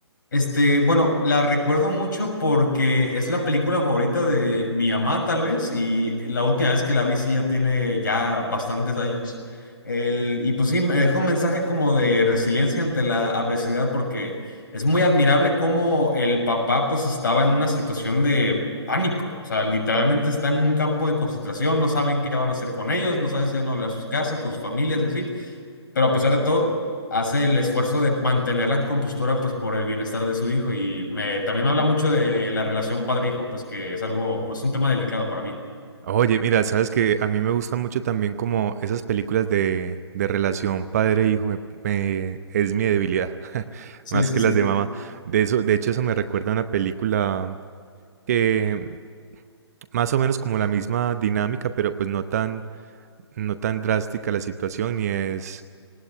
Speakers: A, on the left; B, on the right.
A: Este, bueno, la recuerdo mucho porque es la película favorita de mi mamá, tal vez, y la última vez que la vi sí ya tiene ya bastantes años. El, y pues sí, me dejó un mensaje como de resiliencia ante la adversidad porque es muy admirable cómo el papá pues estaba en una situación de pánico, o sea, literalmente está en un campo de concentración, no saben qué van a hacer con ellos, no saben si van a volver a sus casas, con sus familias y así. Pero a pesar de todo, hace el esfuerzo de mantener la compostura pues por el bienestar de su hijo y me, también me habla mucho de la relación padre-hijo, pues que es algo, es un tema delicado para mí.
B: Oye, mira, sabes que a mí me gustan mucho también como esas películas de, de relación padre-hijo, me- me- es mi debilidad, <laughs>
A: Sí,
B: más
A: sí,
B: que
A: sí.
B: las de mamá. De eso, de hecho, eso me recuerda a una película que más o menos como la misma dinámica, pero pues no tan, no tan drástica la situación y es